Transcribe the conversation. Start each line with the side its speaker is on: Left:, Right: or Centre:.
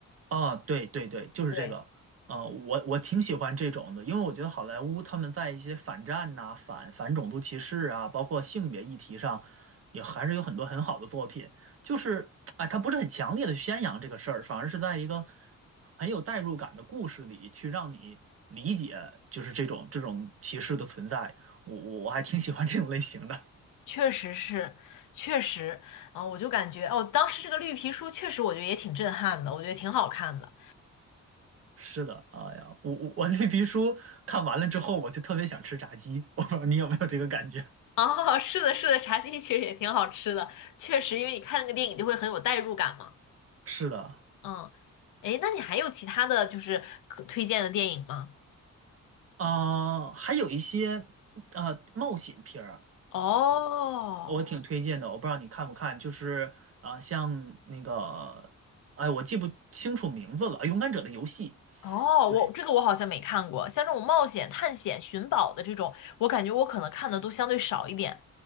Right: 啊，对对对，就是这个。
Left: 对，
Right: 啊，我我挺喜欢这种的，因为我觉得好莱坞他们在一些反战呐、反反种族歧视啊，包括性别议题上，也还是有很多很好的作品。就是哎，他不是很强烈的宣扬这个事儿，反而是在一个很有代入感的故事里去让你理解，就是这种这种歧视的存在。我我我还挺喜欢这种类型的。
Left: 确实是，确实，啊、我就感觉哦，当时这个绿皮书确实我觉得也挺震撼的，我觉得挺好看的。
Right: 是的，哎呀，我我我那皮书看完了之后，我就特别想吃炸鸡，我不知道你有没有这个感觉。
Left: <laughs> 哦，是的，是的，茶鸡其实也挺好吃的，确实，因为你看那个电影就会很有代入感嘛。
Right: 是的，
Left: 嗯。诶，那你还有其他的就是可推荐的电影吗？
Right: 啊、还有一些呃冒险片儿，
Left: 哦
Right: 我挺推荐的。我不知道你看不看，就是啊、呃像那个，哎，我记不清楚名字了，《勇敢者的游戏》。
Left: 哦，
Right: 对，
Left: 我这个我好像没看过，像这种冒险、探险、寻宝的这种，我感觉我可能看的都相对少一点。